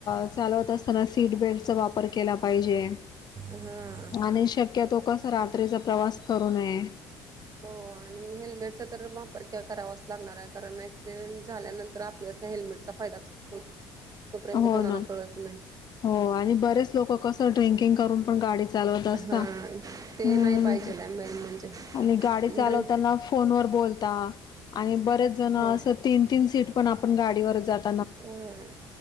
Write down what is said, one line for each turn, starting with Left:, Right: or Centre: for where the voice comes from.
Left: <inaudible> चालवत असताना सीट बेल्टचा वापर केला पाईजे
Right: हा.
Left: आणि शक्यतो कस रात्रीच प्रवास करू नये
Right: हो आणि हेल्मेटचा तर वापर कर करावाच लागणाराय कारण ऍक्सिडेंट झाल्यानंतर आप हेल्मेटचा फायदा होतो तोपर्यंत
Left: हो
Right: कोणाला
Left: ना
Right: कळत नाई
Left: हो आणि बरेच लोक कसं ड्रिंकिंग करून पण गाडी चालवत असता
Right: हा ते
Left: हम
Right: नाही पाहिजेल मेन म्हणजे
Left: आणि गाडी चालवत
Right: ड्रिं
Left: असताना फोन वल बोल आणि बरेच जण अस
Right: हो
Left: तीन तीन सीट पण आपण गाडीवर जात
Right: होय